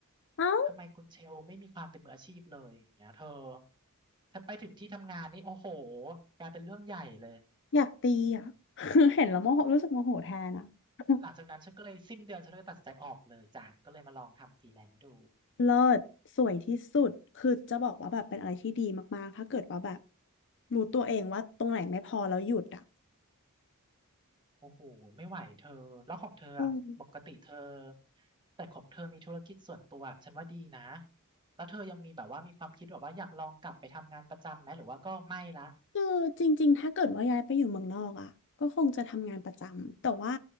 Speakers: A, on the left; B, on the right.
A: เอ้า
B: ทำไมคุณเชลไม่มีความเป็นมืออาชีพเลยอย่างเงี้ยเธอฉันไปถึงที่ทำงานนี่โอ้โหกลายเป็นเรื่องใหญ่เลย
A: อยากตีอ่ะ
B: อืม
A: <laughs> เห็นแล้วโมโหรู้สึกโมโหแทนอ่ะ <laughs>
B: หลังจากนั้นฉันก็เลยสิ้นเดือนฉันก็เลยตัดสินใจออกเลยจ้ะก็เลยมาลองทำฟรีแลนซ์ดู
A: เลิศสวยที่สุดคือจะบอกว่าแบบเป็นอะไรที่ดีมากๆถ้าเกิดว่าแบบรู้ตัวเองว่าตรงไหนไม่พอแล้วหยุดอ่ะ
B: โอ้โหไม่ไหวเธอแล้วของเธออะปกติเธอ
A: เออ
B: แต่ของเธอมีธุรกิจส่วนตัวฉันว่าดีนะแล้วเธอยังมีแบบว่ามีความคิดแบบว่าอยากลองกลับไปทำงานประจำไหมหรือว่าก็ไม่ละ
A: คือจริงๆถ้าเกิดว่าย้ายไปอยู่เมืองนอกอ่ะก็คงจะทำงานประจำแต่ว่า